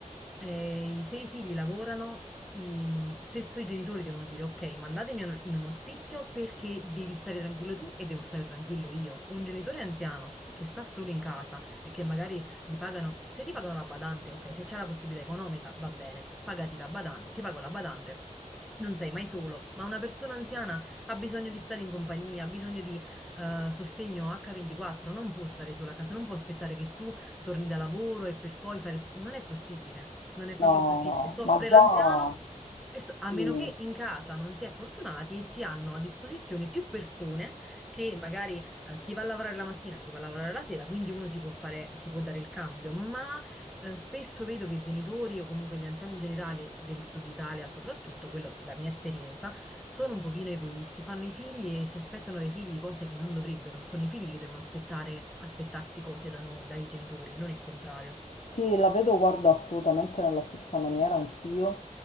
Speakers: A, in the centre; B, on the left.
A: eh, se i figli lavorano, i- mm, stesso i genitori devono dire: Ok, mandatemi in un ospizio perché devi stare tranquillo tu e devo stare tranquillo io. Un genitore anziano che sta solo in casa e che magari gli pagano, se ti pagano la badante, ok, se c'è la possibilità economica, va bene, pagati la badante, ti pago la badante. Non sei mai solo, ma una persona anziana ha bisogno di stare in compagnia, ha bisogno di eh, sostegno H24, non può stare sola a casa, non può aspettare che tu torni da lavoro e per poi fare... Non è possibile, non è proprio
B: No,
A: possibile.
B: no,
A: Soffre
B: ma già...
A: l'anziano, e so- a
B: sì.
A: meno che in casa non si è fortunati e si hanno a disposizione più persone che magari eh, chi va a lavorare la mattina, chi va a lavorare la sera, quindi uno si può fare, si può dare il cambio, ma eh, spesso vedo che i genitori o comunque gli anziani in generale del Sud Italia, soprattutto, quello, la mia esperienza, sono un pochino egoisti, fanno i figli e si aspettano dai figli cose che non dovrebbero, sono i figli che devono aspettare, aspettarsi cose da noi, dai genitori, non il contrario.
B: Sì, la vedo, guarda, assolutamente nella stessa maniera anch'io.